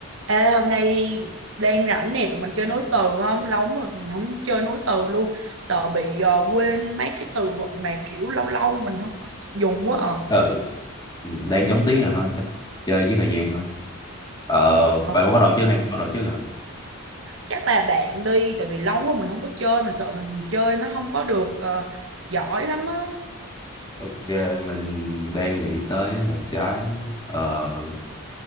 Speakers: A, on the right; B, on the left.
A: Ê, hôm nay đang rảnh nè, tụi mình chơi nối từ không? Lâu lắm rồi mình không chơi nối từ luôn. Sợ bị ờ, quên mấy cái từ vựng mà kiểu lâu lâu mình không có dùng quá à.
B: ừ Ừ, đang chống tiếng rồi ha chắc chơi với thời gian thôi ờ bạn
A: Ừ,
B: muốn bắt đầu trước hay mình bắt đầu trước hả
A: chắc là bạn đi, tại vì lâu rồi mình không có chơi, mình sợ mình chơi nó không có được ờ, giỏi lắm á.
B: ok mình đang nghĩ tới một trái ờ